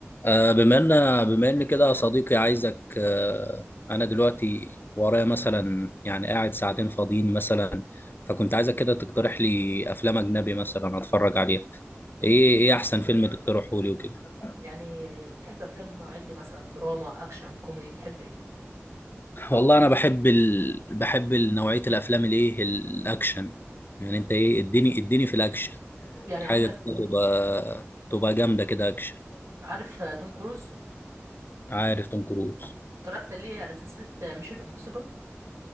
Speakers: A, on the left; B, on the right.
A: آه، بما ان بما ان كده يا صديقي عايزك آه، انا دلوقتي ورايا مثلا يعني قاعد ساعتين فاضيين مثلا فكنت عايزك كده تقترح لي افلام اجنبي مثلا اتفرج عليها ايه ايه احسن فيلم تقترحه لي وكده
B: يعني بتحب افلام من نوعية إيه؟ مثلا دراما اكشن كوميدي بتحب ايه
A: والله انا بحب ال... بحب ال- نوعية الافلام الايه الاكشن يعني انت ايه اديني اديني في الاكشن
B: يعني
A: حاجة
B: عندك
A: كده تبقى تبقى جامدة كده اكشن
B: عارف آه، توم كروز
A: عارف توم كروز
B: اتفرجت ليه على سلسلة ميشن امبوسيبل